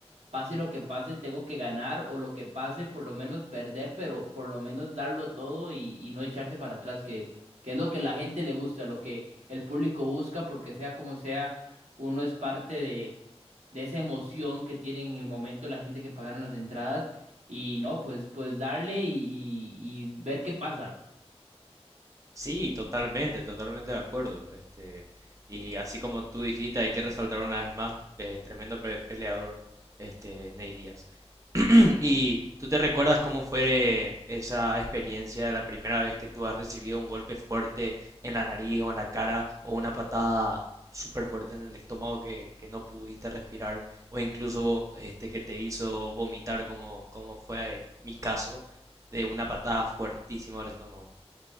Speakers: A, on the right; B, on the right.
A: pase lo que pase, tengo que ganar o lo que pase, por lo menos perder, pero por lo menos darlo todo y, y no echarse para atrás, que, que es lo que la gente le gusta, lo que el público busca, porque sea como sea, uno es parte de esa emoción que tienen en el momento la gente que pagaron las entradas y no, pues, pues darle y, y- y ver qué pasa.
B: Sí, totalmente, totalmente de acuerdo. Este, y así como tú dijiste, hay que resaltar una vez más, eh, tremendo pe- peleador, este, Ney Díaz. <clears throat> ¿Y tú te recuerdas cómo fue esa experiencia de la primera vez que tú has recibido un golpe fuerte en la nariz o en la cara o una patada súper fuerte en el estómago que, que no pudiste respirar o incluso este, que te hizo vomitar como, como fue eh, mi caso de una patada fuertísima al estómago?